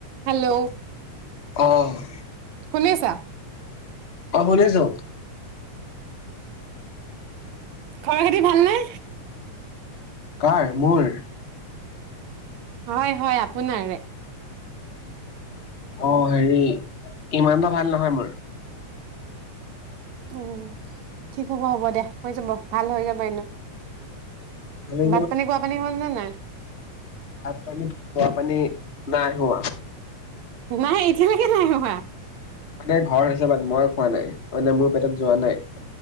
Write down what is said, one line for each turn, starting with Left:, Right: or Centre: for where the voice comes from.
Right: Hello.
Left: অ'।
Right: শুনিছা।
Left: অ', শুনিছো।
Right: খবৰ খাতি ভালনে?
Left: কাৰ মোৰ?
Right: হয়, হয় আপোনাৰে।
Left: অ', হেৰি ইমানটা ভাল নহয় মোৰ।
Right: উম, ঠিক হ'ব, হ'ব দে হৈ যাব ভাল হৈ যাব এনেও।
Left: ভালে
Right: ভাত-পানী, খোৱাপানী হ'ল নে নাই?
Left: ভাত-পানী, খোৱাপানী নাই হোৱা।
Right: নাই এতিয়ালৈকে নাই অহা।
Left: মানে ঘৰ হিচাপত মই খোৱা নাই, মানে মোৰ পেটত যোৱা নাই।